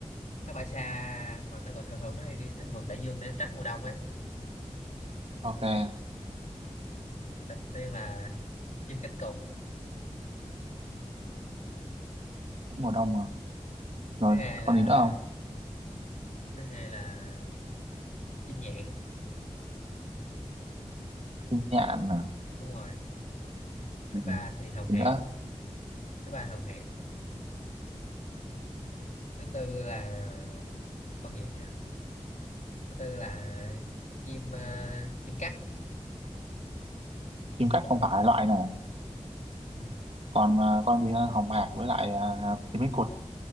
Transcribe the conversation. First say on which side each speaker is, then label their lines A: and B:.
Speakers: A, on the left; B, on the right.
A: nó bay xa mà nó còn thường thường nó hay đi nó vượt đại dương để nó tránh mùa đông ấy
B: ok
A: đầu tiên là chim cánh cụt
B: cũng mùa đông mà rồi
A: thứ hai
B: còn
A: là
B: gì nữa không
A: thứ hai là chim nhạn
B: chim nhạn nè
A: đúng rồi thứ
B: ừ.
A: ba thì hồng
B: gì
A: hạc
B: nữa
A: thứ ba là hồng hạc thứ tư là con gì nhỉ thứ tư là chim ờ, chim cắt
B: chim cắt không phải loại này
A: ừ.
B: còn à, con gì nữa? hồng hạc với lại à, chim cánh cụt